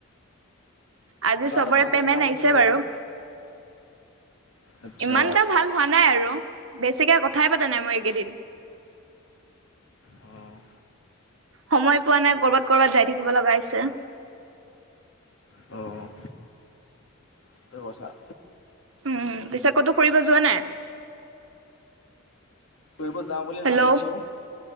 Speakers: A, on the right; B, on the left.
A: আজি
B: তোমাৰতো
A: চবৰে
B: ভাল
A: পেমেণ্ট
B: ইনকাম হৈছে
A: আহিছে
B: চাগৈ?
A: বাৰু।
B: আচ্ছা
A: ইমান এটা ভাল হোৱা নাই আৰু, বেছিকে কথাই পাতা নাই মই এইকেইদিন।
B: অ'।
A: সময় পোৱা নাই কৰ'বাত কৰ'ৰবাত যাই থাকিব লগা হৈছে।
B: অ'। <unintelligible> কথা
A: উম, পিছে ক'তো ফুৰিব যোৱা নাই?
B: ফুৰিব যাওঁ বুলি
A: হেল্ল'
B: ভাবিছোঁ।